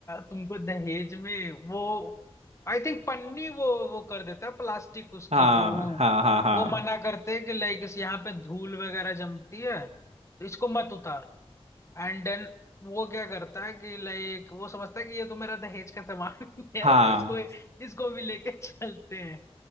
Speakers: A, on the left (about 25°); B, on the right (about 85°).
A: तुमको दहेज में वो आई थिंक पन्नी वो वो कर देता है प्लास्टिक उसकी
B: हाँ
A: तो वो
B: हाँ हाँ हाँ
A: वो मना करते हैं कि लाइक इस यहाँ पे धूल वगैरह जमती है तो इसको मत उतार एंड देन वो क्या करता है कि लाइक वो समझता है कि ये तो मेरा दहेज का सामान <laughs> है
B: हाँ
A: तो इसको इसको भी लेके चलते हैं